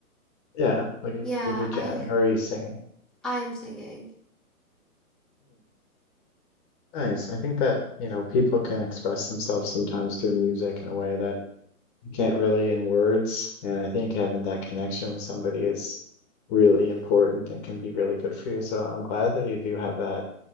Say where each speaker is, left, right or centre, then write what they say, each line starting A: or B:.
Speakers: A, on the left; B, in the centre.
A: Yeah, like
B: Yeah,
A: if you're jamming
B: I
A: or are you singing?
B: I'm singing.
A: Nice. I think that, you know, people can express themselves sometimes through music in a way that you can't really in words. And I think having that connection with somebody is really
B: Mm-hmm.
A: important and can be really good for you. So I'm glad that you do have that